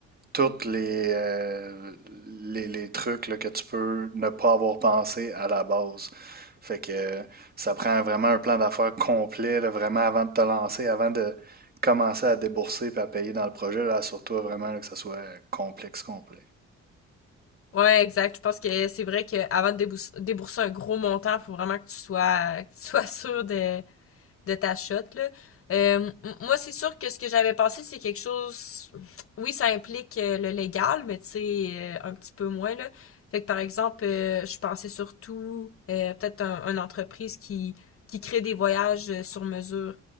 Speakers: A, on the right; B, on the left.
A: toutes les, euh, les, les trucs là, que tu peux ne pas avoir pensé à la base. Fait que euh, ça prend vraiment un plan d'affaires complet, là, vraiment avant de te lancer, avant de commencer à débourser et à payer dans le projet, là, assure-toi vraiment là, que ça soit complexe, complet.
B: Ouais, exact. Je pense que c'est vrai que avant de débous- débourser un gros montant, faut vraiment que tu sois <laughs> que tu sois sûr de de ta shot. Là. Euh, moi, c'est sûr que ce que j'avais pensé, c'est quelque chose. Oui, ça implique euh, le légal, mais tu sais, euh, un petit peu moins là. Fait que par exemple, euh, je pensais surtout euh, peut-être un, une entreprise qui qui crée des voyages euh, sur mesure.